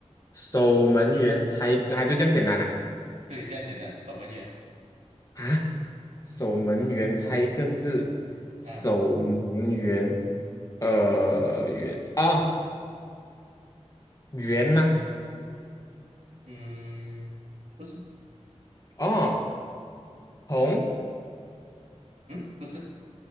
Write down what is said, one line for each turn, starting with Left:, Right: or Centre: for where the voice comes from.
Left: 守门员猜啊，
Right: 嗯哼，
Left: 就这样简单啊。
Right: 对，这样简单，守门员，
Left: 啊，守门员猜一个字，守门员，
Right: 啊，
Left: 呃，员啊，员吗？
Right: 嗯，不是，
Left: 哦，同
Right: 嗯，不是，